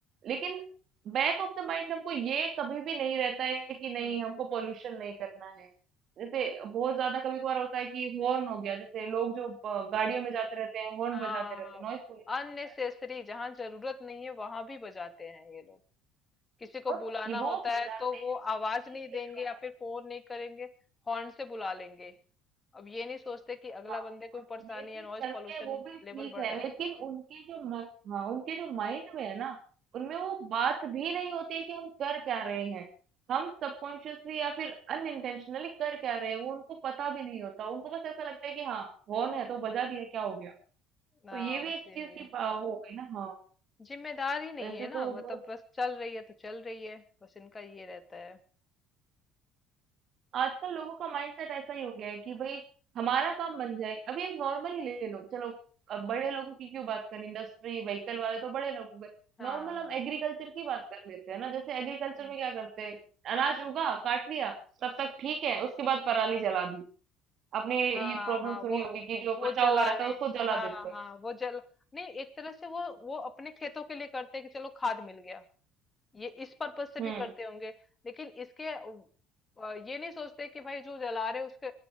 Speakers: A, on the right; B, on the left.
A: लेकिन बैक ऑफ द माइंड हमको ये कभी भी नहीं रहता है कि नहीं
B: हम्म
A: हमको पोल्यूशन नहीं करना है जैसे बहुत ज्यादा कभी कभार होता है कि हॉर्न हो गया जैसे लोग जो ब- गाड़ियों में जाते रहते हैं हॉर्न
B: हाँ
A: बजाते रहते हैं नॉइस पोल्यूशन होता
B: अननेसेसरी
A: है
B: जहाँ जरूरत नहीं है वहां भी बजाते हैं ये लोग किसी को
A: और
B: बुलाना
A: ये वो
B: होता
A: बजाते
B: है तो
A: हैं
B: वो आवाज
A: वो ठीक
B: नहीं देंगे
A: है हाँ
B: या फिर फोन नहीं करेंगे हॉर्न से बुला लेंगे अब ये नहीं सोचते कि अगला
A: हाँ
B: बंदे को
A: और
B: भी परेशानी
A: ये चीज
B: है नॉइज
A: करते
B: पोल्यूशन
A: हैं वो भी ठीक
B: लेवल बढ़
A: है
B: रहा है
A: लेकिन उनके जो मन हाँ उनके जो माइंड में है ना उनमें वो बात भी नहीं होती है कि हम कर क्या रहे हैं हम सबकॉन्शियसली या फिर अनइंटेंशनली कर क्या रहे हैं वो उनको पता भी नहीं होता उनको बस ऐसा लगता है कि हाँ हॉर्न है तो बजा दिया क्या हो गया
B: ना
A: तो ये
B: बस
A: भी एक
B: यही
A: चीज
B: है
A: की बा- वो हो गई ना हाँ।
B: जिम्मेदार ही नहीं
A: वैसे
B: है ना
A: तो
B: मतलब
A: बस
B: बस चल रही है तो चल रही है बस इनका ये रहता है
A: आजकल लोगों का माइंडसेट ऐसा ही हो गया है कि भाई हमारा काम बन जाए अभी एक नॉर्मल ही ले लो चलो अब बड़े लोगों की क्यों बात करें इंडस्ट्री व्हीकल वाले तो बड़े लोग हो गए
B: हाँ
A: नॉर्मल
B: हाँ
A: हम एग्रीकल्चर की बात कर लेते हैं ना जैसे एग्रीकल्चर
B: हम्म।
A: में क्या करते हैं अनाज उगा काट लिया तब तक ठीक है उसके बाद पराली जला दी आपने
B: हाँ
A: ये प्रॉब्लम
B: हाँ
A: सुनी
B: वो
A: होगी कि जो
B: वो
A: बचा
B: जलाने
A: हुआ रहता है उसको जला
B: हाँ
A: देते हैं
B: हाँ वो जल नहीं एक तरह से वो वो अपने खेतों के लिए करते हैं कि चलो खाद मिल गया ये इस पर्पज से भी
A: हम्म
B: करते होंगे लेकिन इसके अ, ये नहीं सोचते कि भाई जो जला रहे उसके